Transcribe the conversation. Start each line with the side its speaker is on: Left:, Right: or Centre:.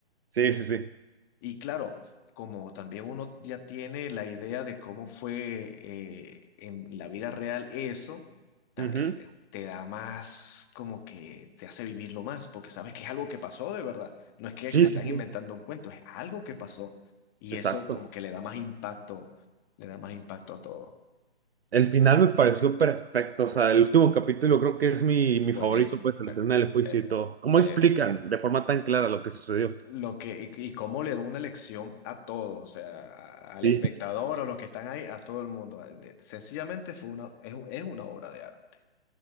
Right: Sí, sí, sí.
Left: Y claro, como también uno ya tiene la idea de cómo fue eh, en la vida real eso, ta-
Right: Ujú.
Left: eh, te da más como que te hace vivirlo más, porque sabes que es algo que pasó de verdad. No es que
Right: Sí,
Left: se están
Right: sí, sí.
Left: inventando un cuento, es algo que pasó. Y
Right: Exacto.
Left: eso como que le da más impacto, le da más impacto a todo.
Right: El final me pareció perfecto, o sea, el último capítulo creo que es mi, mi
Left: Buenísimo.
Right: favorito, pues, al
Left: Eh,
Right: final del juicio
Left: eh,
Right: y todo. ¿Cómo
Left: eh,
Right: explican de forma tan clara lo que sucedió?
Left: Lo que, y, y cómo le da una lección a todos, o sea, a- al
Right: Sí,
Left: espectador, a los que están ahí, a todo el mundo. Eh, De- Sencillamente fue una, es, es una obra de arte.